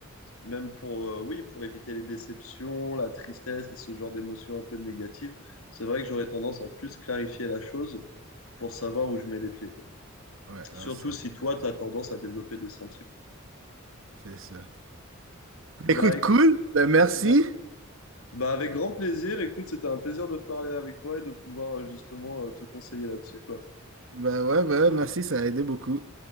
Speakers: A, on the left; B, on the right.
A: même pour, euh, oui, pour éviter les déceptions, la tristesse et ce genre d'émotions un peu négatives, c'est vrai que j'aurais tendance à plus clarifier la chose pour savoir où je mets les pieds.
B: Ouais,
A: Surtout
B: non, c'est ça.
A: si toi, tu as tendance à développer des sentiments.
B: C'est ça.
A: Bah
B: Écoute,
A: écoute,
B: cool. Ben, merci.
A: ouais. bah, avec grand plaisir. Écoute, c'était un plaisir de parler avec toi et de pouvoir euh, justement euh, te conseiller là-dessus, quoi.
B: Bah ouais, bah ouais, merci, ça a aidé beaucoup.